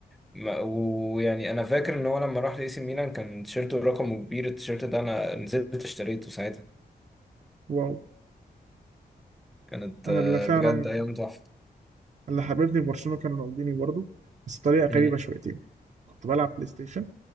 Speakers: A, in the centre; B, on the right.
A: ما- ويعني انا فاكر ان هو لما راح لاي سي ميلان كان تيشيرته رقمه كبير التيشيرت ده انا نزلت اشتريته ساعتها
B: واو
A: كانت
B: انا
A: آه،
B: اللي فعلا
A: بجد ايام تحفه
B: اللي حببني في برشلونه كان رونالدينيو برضه بس بطريقه غريبه
A: مم.
B: شويتين كنت بلعب بلاي ستيشن